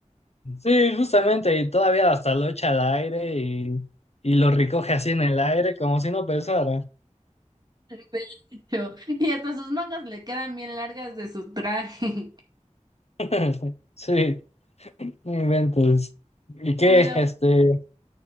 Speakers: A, on the left (about 55°); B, on the right (about 35°).
A: Sí, justamente, y todavía hasta lo echa al aire y, y lo recoge así en el aire como si no pesara.
B: Pecho. Y hasta sus mangas le quedan bien largas de su traje. <laughs>
A: <laughs> Sí, no inventes. ¿Y qué,
B: No me da-
A: este,